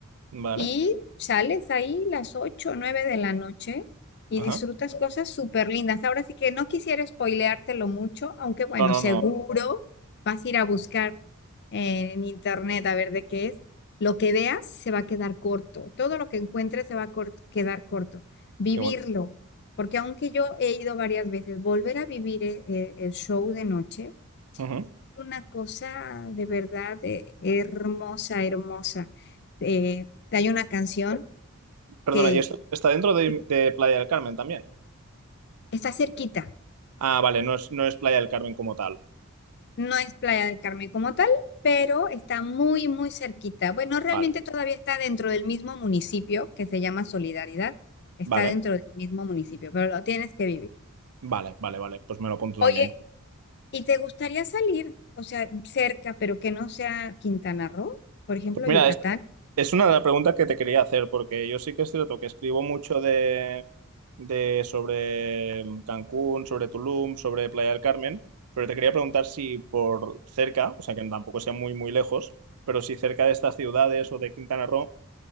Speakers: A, on the right; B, on the left.
A: Vale,
B: y sales ahí las 8 o 9 de la noche y
A: Ajá.
B: disfrutas cosas súper lindas. Ahora sí que no quisiera spoileártelo mucho, aunque bueno,
A: No, no,
B: seguro
A: no.
B: vas a ir a buscar en internet a ver de qué es. Lo que veas se va a quedar corto, todo lo que encuentres se va a cor- quedar corto. Vivirlo,
A: Qué bueno.
B: porque aunque yo he ido varias veces, volver a vivir eh, eh, el show de noche
A: Ujú.
B: una cosa de verdad eh, hermosa, hermosa. Eh, hay una canción
A: Perdona,
B: que
A: ¿y esto está dentro de,
B: sí,
A: de Playa del Carmen también?
B: está cerquita,
A: Ah, vale, no es, no es Playa del Carmen como tal.
B: no es Playa del Carmen como tal, pero está muy, muy cerquita. Bueno, realmente
A: Vale,
B: todavía está dentro del mismo municipio que se llama Solidaridad, está
A: vale,
B: dentro del mismo municipio, pero lo tienes que vivir.
A: vale, vale, vale. Pues me lo apunto
B: Oye,
A: también.
B: ¿y te gustaría salir, o sea, cerca, pero que no sea Quintana Roo, por ejemplo,
A: Pues mira,
B: Yucatán?
A: es, es una de las preguntas que te quería hacer, porque yo sí que es cierto que escribo mucho de, de sobre Cancún, sobre Tulum, sobre Playa del Carmen, pero te quería preguntar si por cerca, o sea que tampoco sea muy, muy lejos, pero si cerca de estas ciudades o de Quintana Roo